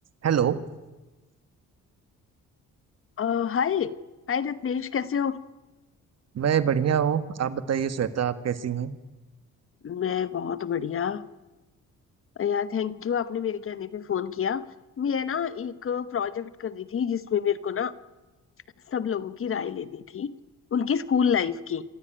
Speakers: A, on the right; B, on the left.
A: Hello
B: अ, हाय हाय रत्नेश कैसे हो
A: मैं बढ़िया हूँ आप बताइए श्वेता आप कैसी हैं
B: मैं बहुत बढ़िया यार थैंक यू आपने मेरे कहने पे फोन किया मैं ना एक प्रोजेक्ट कर रही थी जिसमें मेरे को ना सब लोगों की राय लेनी थी उनकी स्कूल लाइफ की